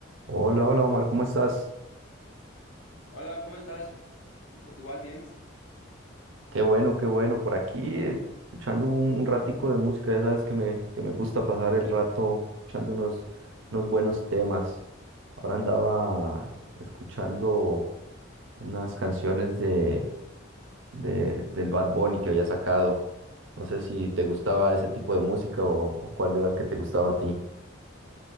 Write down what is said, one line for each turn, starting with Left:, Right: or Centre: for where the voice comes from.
Right: Hola, hola Omar, ¿cómo estás?
Left: Hola, ¿cómo estás? Igu- Igual bien.
Right: Qué bueno, qué bueno. Por aquí eh, escuchando un, un ratico de música, ya sabes que me, que me gusta pasar el rato escuchando unos, unos buenos temas. Ahora andaba escuchando unas canciones de, de, del Bad Bunny que había sacado. No sé si te gustaba ese tipo de música o, o cuál era el que te gustaba a ti.